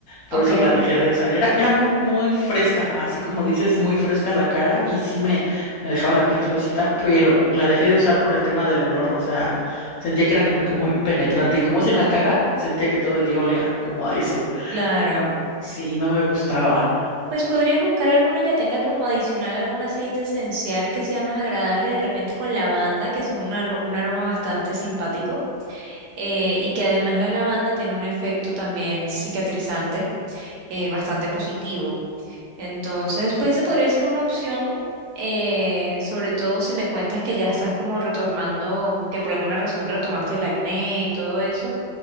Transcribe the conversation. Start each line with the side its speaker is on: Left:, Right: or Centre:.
Left: por
Right: ok,
Left: eso la dejé de usar. Era, era muy, muy fresca, así como dices, muy fresca la cara y sí me, me dejaba la piel suavecita, pero la dejé de usar por el tema del olor, o sea... Sentía que era como que muy penetrante y como es en la cara, sentía que todo el día olía como a eso.
Right: claro.
Left: No, Sí, no me gustaba.
Right: Pues podrías buscar alguna que tenga como adicional algún aceite esencial que sea más agradable, de repente con lavanda, que sea un, alo- un aroma bastante simpático, eh, y que además la lavanda tiene un efecto también cicatrizante eh, bastante positivo. Entonces, pues esa podría ser una opción, eh, sobre todo si me cuentas que ya estás como retomando, que por alguna razón retomaste el acné y todo eso,